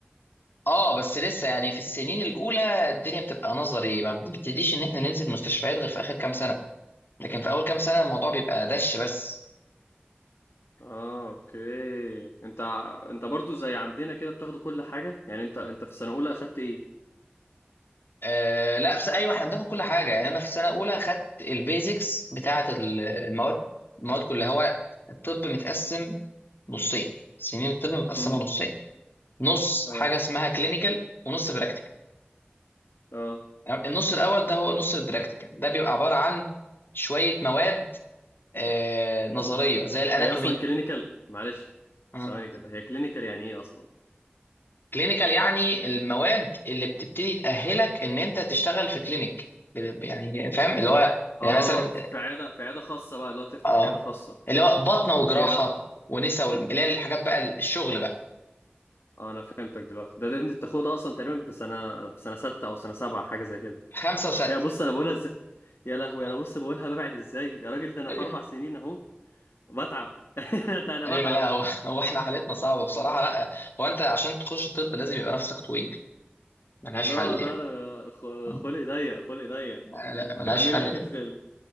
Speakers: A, on the left; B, on the left.
A: اه بس لسه يعني في السنين الاولى الدنيا بتبقى نظري ما بنبتديش ان احنا ننزل مستشفيات غير في اخر كام سنه لكن في اول كام سنه الموضوع بيبقى دش بس
B: اه اوكي انت ع- انت برضو زي عندنا كده بتاخدوا كل حاجة يعني انت انت في سنة اولى اخدت ايه
A: آه لا بس ايوه احنا بناخد كل حاجه يعني انا في سنه اولى خدت البيزكس بتاعه ال- المواد المواد كلها هو الطب متقسم نصين سنين الطب متقسمه
B: امم
A: نصين نص
B: اه
A: حاجه اسمها كلينيكال ونص براكتيكال
B: اه
A: النص الاول ده هو نص البراكتيكال ده بيبقى عباره عن شويه مواد آه نظريه زي الاناتومي
B: هي اصلا كلينيكال معلش
A: آه.
B: ثواني كده هي كلينيكال يعني ايه اصلا
A: كلينيكال يعني المواد اللي بتبتدي تاهلك ان انت تشتغل في كلينيك يعني فاهم اللي هو
B: اه
A: يعني مثلا
B: في في عياده في عياده خاصه بقى اللي هو تفتح
A: اه
B: عياده خاصه
A: اللي هو بطنه وجراحه
B: اوكي ده
A: ونسا وال- اللي هي الحاجات بقى الشغل بقى
B: آه انا فهمتك دلوقتي ده, ده انت بتاخدها اصلا تقريبا في سنه في سنه سته او سنه سبعه حاجه زي كده
A: خمسه وسته
B: يا بص انا بقولها ازاي يا لهوي
A: آه.
B: انا بص بقولها ببعد ازاي يا راجل ده انا
A: ايوه
B: في اربع سنين اهو بتعب <laughs> ده انا
A: ايوه
B: بتعب
A: لا هو <laughs> هو احنا حالتنا صعبه بصراحه لا هو انت عشان تخش طب لازم يبقى نفسك طويل ملهاش
B: لا
A: حل
B: لا
A: يعني
B: انا خ-
A: م.
B: خلقي ضيق خلقي ضيق
A: لا ملهاش
B: كمل
A: حل
B: لي حته
A: ده
B: ال...